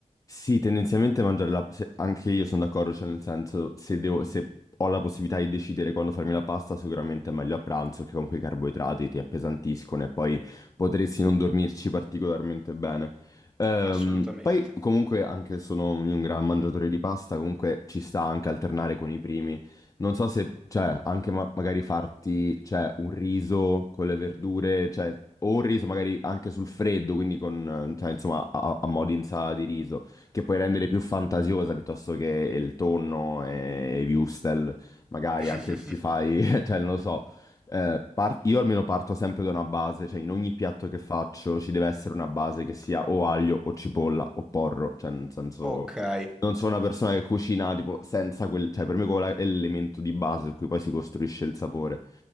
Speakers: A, on the left; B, in the centre.
A: Sì, tendenzialmente mangiare la... se- anche io sono d'accordo, cioè nel senso, se devo- se ho la possibilità di decidere quando farmi la pasta, sicuramente è meglio a pranzo che con quei carboidrati ti appesantiscono e poi potresti non dormirci particolarmente bene. Ehm,
B: Assolutamente.
A: poi comunque, anche se sono un gran mangiatore di pasta, comunque ci sta anche alternare con i primi. Non so se, cioè, anche ma- magari farti, cioè, un riso con le verdure, cioè, o un riso magari anche sul freddo, quindi con, eh, cioè, insomma, a, a a mo' di insalata di riso che puoi rendere più fantasiosa piuttosto che il tonno e i wurstel, magari
B: <laughs>
A: anche se ci fai, <laughs> cioè non lo so. Eh, par- io almeno parto sempre da una base, cioè in ogni piatto che faccio ci deve essere una base che sia o aglio o cipolla o porro, cioè nel senso
B: Okay,
A: non sono una persona che cucina tipo senza quel, cioè
B: mh,
A: per me quello è l'elemento di base su cui poi si costruisce il sapore.